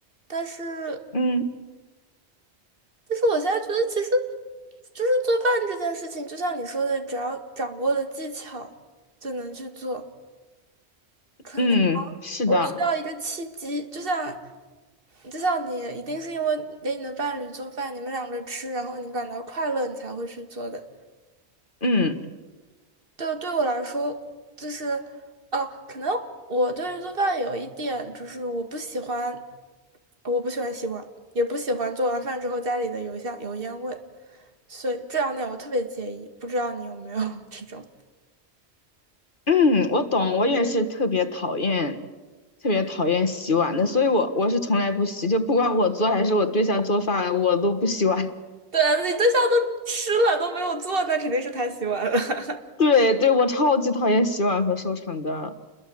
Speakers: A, on the right; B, on the left.
A: 但是，
B: 嗯
A: 但是我现在觉得其实，就是做饭这件事情，就像你说的，只要掌握了技巧，就能去做。可能
B: 嗯，是的，
A: 我需要一个契机，就像，就像你一定是因为给你的伴侣做饭，你们两个吃，然后你感到快乐，你才会去做的。
B: 嗯。
A: 对，对我来说，就是，哦、可能我对于做饭有一点，就是我不喜欢，我不喜欢洗碗，也不喜欢做完饭之后家里的油香油烟味，所以这两点我特别介意。不知道你有没有 <laughs> 这种？
B: 嗯，我懂，我也是特别讨厌，特别讨厌洗碗的，所以我我是从来不洗，就不管我做还是我对象做饭，我都不洗碗。
A: 对啊，你对象都吃了都没有做，那肯定是他洗碗了。<laughs>
B: <laughs> 对对，我超级讨厌洗碗和收场的，